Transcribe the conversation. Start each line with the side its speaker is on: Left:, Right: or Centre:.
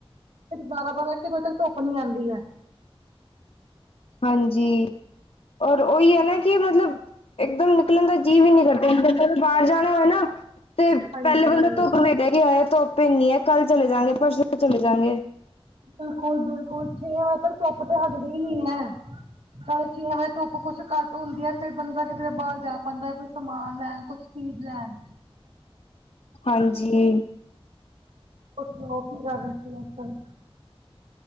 Right: ਬਾਰਾਂ ਬਾਰਾਂ ਵਜੇ ਤੱਕ ਧੁੱਪ ਨੀ ਆਉਂਦੀ ਐ।
Left: ਹਾਂਜੀ। ਔਰ ਉਹੀ ਹੈ ਨਾ ਕਿ ਮਤਲਬ ਇੱਕ ਦਮ ਨਿਕਲਣ ਦਾ ਜੀਅ ਵੀ ਨਹੀਂ ਕਰਦਾ, ਜੇ ਕਦੀ ਬਾਹਰ ਜਾਣਾ ਹੋਏ ਨਾ ਤੇ
Right: ਹਾਂਜੀ।
Left: ਪਹਿਲੇ ਬੰਦਾ ਧੁੱਪ ਵੇਖਦਾ ਏ ਕਿ ਹਾੱਯ ਧੁੱਪ ਇੰਨੀ ਹੈ, ਕੱਲ ਚਲੇ ਜਾਗੇ, ਪਰਸੋਂ ਚਲੇ ਜਾਗੇ।
Right: ਬਿਲਕੁਲ ਬਿਲਕੁਲ, ਛੀਆਂ ਵਜੇ ਤੱਕ ਧੁੱਪ ਤਾਂ ਹਟਦੀ ਹੀ ਨੀ ਹੈ। ਹਾਂ ਛੇ ਵਜੇ ਧੁੱਪ ਕੁੱਛ ਘੱਟ ਹੁੰਦੀ ਐ ਫਿਰ ਬੰਦਾ ਕਿਧਰੇ ਬਾਹਰ ਜਾ ਪਾਉਂਦਾ ਹੈ ਕੋਈ ਸਮਾਨ ਲੈਣ, ਕੁਛ ਚੀਜ਼ ਲੈਣ
Left: ਹਾਂਜੀ।
Right: ਕੁਛ ਹੋਹ ਕੀ ਰਾਖ ਦਿੱਤੀਆਂ ਸਨ